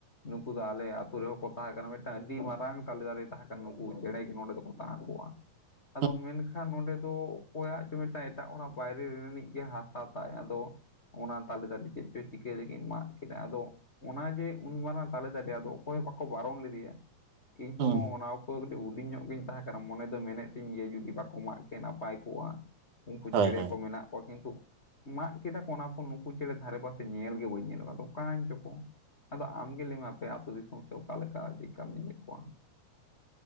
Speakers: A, on the left; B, on the right.
A: ᱱᱩᱠᱩ ᱫᱚ ᱟᱞᱮ ᱟᱛᱳ ᱨᱮᱦᱚᱸ ᱠᱚ ᱛᱟᱦᱮᱸ ᱠᱟᱱᱟ᱾ ᱢᱤᱫᱴᱟᱝ ᱟᱹᱰᱤ ᱢᱟᱨᱟᱝ ᱛᱟᱞᱮ ᱫᱟᱨᱮ ᱛᱟᱦᱮᱸ ᱠᱟᱱᱟ᱾ ᱱᱩᱠᱩ ᱪᱮᱬᱮ ᱜᱮ ᱱᱚᱸᱰᱮ ᱫᱚᱠᱚ ᱛᱟᱬᱟᱜ ᱠᱚᱜ-ᱟ᱾
B: <unintelligible>
A: ᱮᱵᱚᱝ ᱢᱮᱱ ᱠᱷᱟᱱ ᱱᱚᱸᱰᱮ ᱫᱚ ᱚᱠᱚᱭᱟᱜ ᱡᱮ ᱢᱤᱫᱴᱟᱝ ᱮᱴᱟᱜ ᱦᱚᱲᱟᱜ ᱵᱟᱭᱨᱮ ᱨᱤᱱᱤᱡ ᱜᱮ ᱦᱟᱥᱟ ᱛᱟᱭ ᱟᱫᱚ ᱚᱱᱟ ᱛᱟᱞᱮ ᱫᱟᱨᱮ ᱪᱮᱫ ᱪᱚᱭ ᱪᱤᱠᱟᱹᱭ ᱞᱟᱹᱜᱤᱜ ᱢᱟᱜ ᱠᱮᱫᱟ, ᱟᱫᱚ ᱚᱱᱟ ᱡᱮ ᱩᱱ ᱢᱟᱨᱟᱝ ᱛᱟᱞᱮ ᱫᱟᱨᱮ᱾ ᱟᱫᱚ ᱚᱠᱚᱭ ᱦᱚᱸ ᱵᱟᱠᱚ ᱵᱟᱨᱚᱱ ᱞᱮᱫᱮᱭᱟ᱾ ᱤᱧ
B: ᱦᱩᱸ
A: ᱦᱚᱸ ᱚᱱᱟ ᱚᱠᱛᱚ ᱠᱟᱹᱴᱤᱡ ᱦᱩᱰᱤᱧ ᱧᱚᱜ ᱜᱤᱧ ᱛᱟᱦᱮᱸ ᱠᱟᱱᱟ᱾ ᱢᱚᱱᱮ ᱫᱚ ᱢᱮᱱᱮᱜ ᱛᱤᱧ ᱜᱮᱭᱟ ᱡᱩᱫᱤ ᱵᱟᱠᱚ ᱢᱟᱜ ᱠᱮ ᱱᱟᱯᱟᱭ ᱠᱚᱜ-ᱟ᱾ ᱩᱝᱠᱩ
B: ᱦᱳᱭ
A: ᱪᱮᱬᱮ
B: ᱦᱳᱭ
A: ᱠᱚ ᱢᱮᱱᱟᱜ ᱠᱚᱣᱟ ᱠᱤᱱᱛᱩᱜ ᱢᱟᱜ ᱠᱮᱫᱟ ᱠᱚ, ᱚᱱᱟ ᱯᱚᱨ ᱱᱩᱠᱩ ᱪᱮᱬᱮ ᱫᱷᱟᱨᱮ ᱯᱟᱥᱮ ᱧᱮᱞ ᱜᱮ ᱵᱟᱹᱧ ᱧᱮᱞ ᱵᱟ, ᱟᱫᱚ ᱚᱠᱟᱭᱮᱧ ᱪᱚᱠᱚ ᱟᱫᱚ ᱟᱢ ᱜᱮ ᱞᱟᱹᱭ ᱢᱮ ᱟᱯᱮ ᱟᱛᱩ ᱫᱤᱥᱚᱢ ᱥᱮᱜ ᱚᱠᱟ ᱞᱮᱠᱟ ᱪᱮᱜᱠᱟᱢ ᱧᱮᱞᱮᱜ ᱠᱚᱣᱟ?